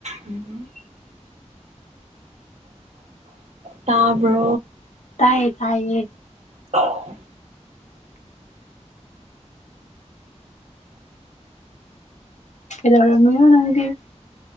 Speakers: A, on the right; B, on the left.
A: ꯎꯝ ꯇꯥꯕꯣ
B: ꯇꯥꯏꯌꯦ ꯇꯥꯏꯌꯦ
A: ꯍ
B: ꯀꯗꯔꯝꯃꯤ ꯅꯍꯗꯤ